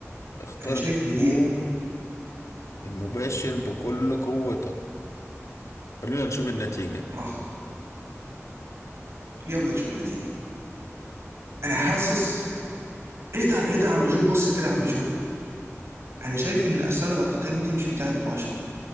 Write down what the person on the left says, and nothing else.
اختار
الهجوم
المباشر بكل قوتك خلينا نشوف النتيجة